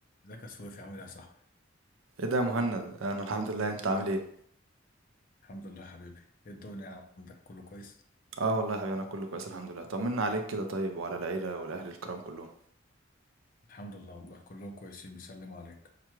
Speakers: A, on the left; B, on the right.
A: ازيك يا سويفي عامل ايه يا صاحبي
B: ايه ده يا مهند انا الحمد لله انت عامل ايه
A: الحمد لله يا حبيبي ايه الدنيا عندك كله كويس
B: اه والله يا حبيبي انا كله كويس الحمد لله طمنا عليك كده طيب وعلى العيله والاهل الكرام كلهم
A: الحمد لله والله كلهم كويسين بيسلموا عليك